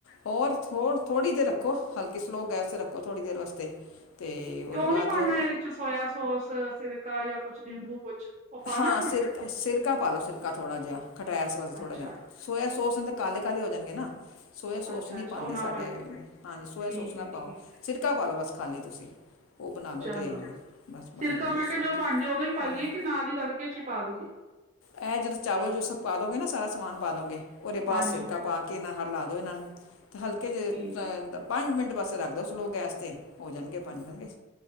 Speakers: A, on the left; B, on the right.
A: ਹੋਰ-ਹੋਰ ਥੋ ਥੋੜ੍ਹੀ ਦੇਰ ਰੱਖੋ ਹਲਕੀ ਸਲੋ ਗੈਸ 'ਤੇ ਰੱਖੋ ਥੋੜ੍ਹੀ ਦੇਰ ਵਾਸਤੇ ਅਤੇ ਉਹਦੇ
B: 'ਤੇ ਉਹ ਨੀ
A: ਬਾਅਦ
B: ਪਾਉਣਾ
A: ਜੋ
B: ਇਹਦੇ 'ਚ ਸੋਇਆ ਸੋਸ ਸਿਰਕਾ ਜਾਂ ਕੁਛ ਨਿੰਬੂ ਕੁਛ ਉਹ ਪਾਣਾ
A: ਹਾਂ,
B: ਵੇ?
A: ਸਿਰਕਾ-ਸਿਰਕਾ ਪਾ ਲਓ ਸਿਰਕਾ ਥੋੜ੍ਹਾ ਜਿਹਾ ਖਟੈਸ ਵਾਸਤੇ ਥੋੜ੍ਹਾ
B: ਅੱਛਾ,
A: ਜਿਹਾ ਸੋਇਆ ਸੋਸ ਨਾਲ ਤਾਂ ਕਾਲੇ-ਕਾਲੇ ਹੋ ਜਾਣਗੇ ਨਾ ਸੋਇਆ ਸੋਸ
B: ਅੱਛਾ,
A: ਨਹੀਂ
B: ਅੱਛਾ
A: ਪਾਉਂਦੇ
B: ਉਹ ਨਾ
A: ਸਾਡੇ
B: ਪਾਈਏ
A: ਹਾਂਜੀ, ਸੋਇਆ
B: ਠੀਕ
A: ਸੋਸ ਨਾ
B: ਐ,
A: ਪਾਓ
B: ਠੀਕ ਐ
A: ਸਿਰਕਾ ਪਾ ਲਉ ਬਸ ਖਾਲੀ ਤੁਸੀਂ। ਉਹ ਬਣਾ ਲਓ
B: ਚਲੋ,
A: ਅਤੇ ਬਸ ਬਣ
B: ਸਿਰਕਾ
A: ਜਾਂਦੀ
B: ਮੈਂ ਕਿਹਾ
A: ਸਵਾਦ
B: ਜੋ ਬਣ ਜਾਏ ਉਦੋਂ ਹੀ ਪਾਈਏ
A: ਹਾਂਜੀ
B: ਕਿ ਨਾਲ ਹੀ ਤੜਕੇ 'ਚ ਹੀ ਪਾ ਦੇਈਏ।
A: ਇਹ ਜਦੋਂ ਚਾਵਲ ਜੋ ਸਭ ਪਾ ਦੋਗੇ ਸਾਰਾ ਸਮਾਨ ਪਾ ਉਹਦੇ
B: ਹਾਂਜੀ
A: ਬਾਅਦ ਸਿਰਕਾ ਪਾ ਕੇ ਹਲਾ ਦਉ ਇਹਨਾਂ ਨੂੰ 'ਤੇ ਹਲਕੇ
B: ਠੀਕ ਐ।
A: ਪੰਜ ਮਿੰਟ ਵਾਸਤੇ ਰੱਖ ਦਿਓ ਸਲੋ ਗੈਸ 'ਤੇ ਹੋ ਜਾਣਗੇ ਬਣ ਜਾਣਗੇ।